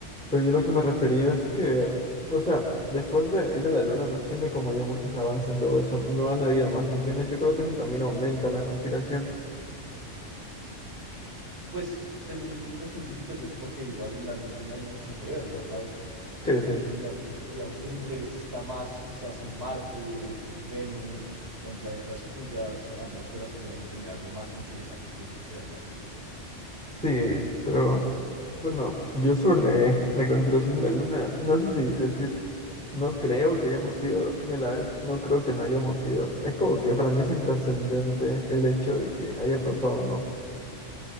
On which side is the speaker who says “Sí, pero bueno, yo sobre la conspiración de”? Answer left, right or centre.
Centre